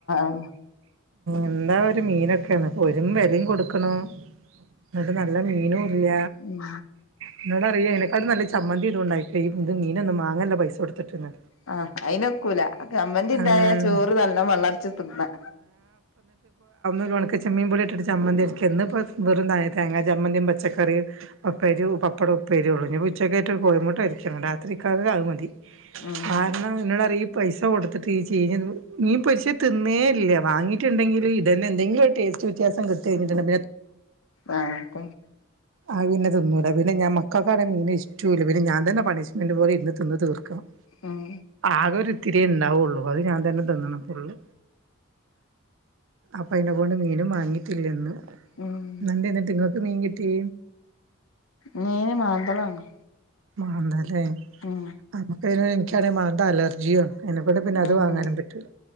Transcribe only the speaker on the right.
എന്താ ഒരു മീനൊക്കെയാണ്പൊന്നും വിലയും കൊടുക്കണം എന്നിട്ട് നല്ല മീനും ഇല്ല
എന്നോട് അറിയ അതിനെക്കാട് നല്ല ചി ചമ്മന്തി ഇതും ഉണ്ടായി കഴിഞ്ഞ് ഇന്ന് മീൻ ഒന്നും വാങ്ങല്ല പൈസ കൊടുത്തിട്ടുന്ന്
ആഹ്
ഒരു ഉണക്ക ചമ്മീൻ പൊടി ഇട്ട് ചമ്മന്തി അരക്ക എന്ന് ഇപ്പ വെറുതായി തേങ്ങ ചമ്മന്തിയും പച്ചക്ക കറി ഉപ്പേരിയും പപ്പടം ഉപ്പേരി ഉള്ളൂ ഇനിപ്പോ ഉച്ചയ്ക്കായിട്ട് ഒരു കോയി മൊട്ടപൊരിക്കണം രാത്രി ഇക്കകെ അത് മതി
കാരണം എന്ന പൈസ കൊടുത്തിട്ട്ഈ ചീഞ്ഞ മീൻ പൊരിച്ചു തിന്നേ ഇല്ല വാങ്ങിട്ടുണ്ടെങ്കിൽ ഇതന്നെ എന്തെങ്കിലും ഒരു ടേസ്റ്റ് വ്യത്യാസം <unintelligible> പിന്നെ
ആ പിന്നെതിന്നൂല്ല പിന്നെ ഞാ മക്കക്കാണെ മീ ൻ ഇഷ്ടം റ്റൂല പിന്നെ ഞാൻ തന്നെ പണിഷ്മെന്റ് പോലെ ഇരിന്ന് തിന്ന് തീർക്കണം
ആകെ ഇത്തിരിയേ ഉണ്ടാവുള്ളൂ അത് ഞാൻ തന്നെ തിന്നണം ഫുള്ള് അപ്പ അത്കൊണ്ട് മീനും വാങ്ങിട്ടില്ലന്ന്
എന്നണ്ട് എന്നിട്ട് നിങ്ങക്ക് മീൻ കിട്ടി
മാന്തല്ലേ
നമ്മുക്ക് എനിക്കാണെ മാന്ത അലർജിയാണ് അതിനെകൊണ്ട് പിന്നെ അത്
വാങ്ങാനും പറ്റൂല